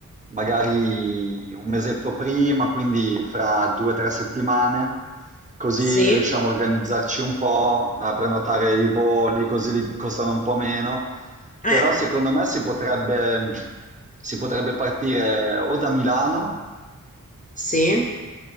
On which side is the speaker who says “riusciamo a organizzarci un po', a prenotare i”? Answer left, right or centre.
Right